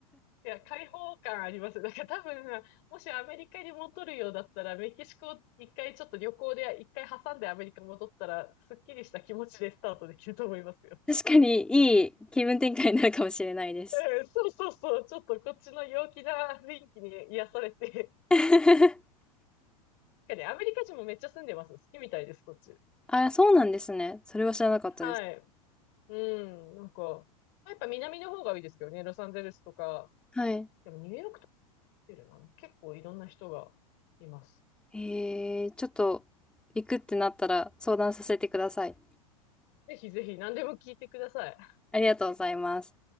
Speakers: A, on the left; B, in the centre.
A: いや、開放感あります。だから多分、もしアメリカに戻るようだったら、メキシコ一回ちょっと旅行で一回挟んでアメリカ戻ったら、すっきりした気持ちでスタートできると思いますよ。
B: 確かにいい気分転換になるかもしれないです。
A: うんそうそうそう。ちょっとこっちの陽気な雰囲気に癒されて。
B: <laughs>
A: <laughs> でアメリカ人もめっちゃ住んでます。好きみたいです、こっち。
B: あ、そうなんですね。それは知らなかったです。
A: はい。うん、なんか、やっぱ南の方がいいですけどね、ロサンゼルスとか。
B: はい。
A: でもニューヨークとかホテルなの結構いろんな人がいます。
B: えー、ちょっと行くってなったら相談させてください。
A: ぜひぜひ何でも聞いてください。
B: ありがとうございます。